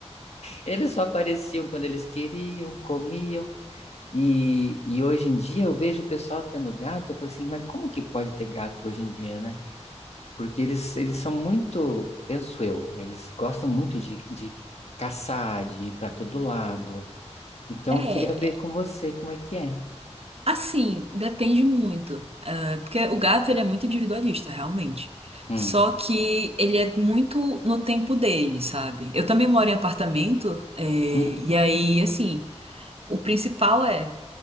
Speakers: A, on the left; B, on the right.
A: Eles só apareciam quando eles queriam, comiam. E, e hoje em dia eu vejo o pessoal tendo gato, eu falo assim, mas como que pode ter gato hoje em dia, né? Porque eles, eles são muito, penso eu, eles gostam muito de, de caçar, de ir para todo lado. Então
B: É,
A: eu queria ver com você como é que é.
B: assim, depende muito. Ah, porque o gato, ele é muito individualista, realmente.
A: Hum,
B: Só que ele é muito no tempo dele, sabe? Eu também moro em apartamento, é, e
A: hum,
B: aí, assim, o principal é